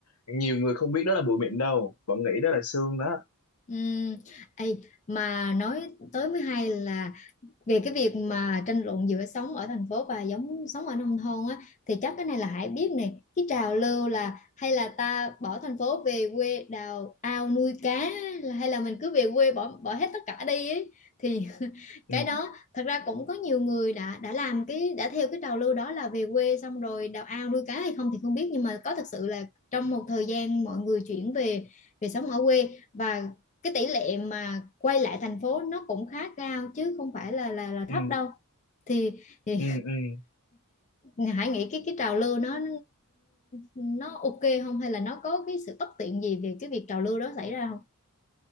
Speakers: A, on the left; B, on the left.
A: nhiều người không biết đó là bụi mịn đâu vẫn nghĩ đó là sương đó
B: Ừm, ê, mà nói tới mới hay là về cái việc mà tranh luận giữa sống ở thành phố và giống sống ở nông thôn á thì chắc cái này là Hải biết này cái trào lưu là hay là ta bỏ thành phố về quê đào ao nuôi cá á, là hay là mình cứ về quê bỏ bỏ hết tất cả đi ấy. thì <laughs>
A: ừ,
B: cái đó thật ra cũng có nhiều người đã đã làm cái đã theo cái trào lưu đó là về quê xong rồi đào ao nuôi cá hay không thì không biết nhưng mà có thật sự là trong một thời gian mọi người chuyển về về sống ở quê và cái tỷ lệ mà quay lại thành phố nó cũng khá cao chứ không phải là là là
A: ừ,
B: thấp đâu thì, thì
A: ừ, ừ.
B: <laughs> Hải nghĩ cái cái trào lưu nó nó ok không hay là nó có cái sự bất tiện gì về cái việc trào lưu đó xảy ra không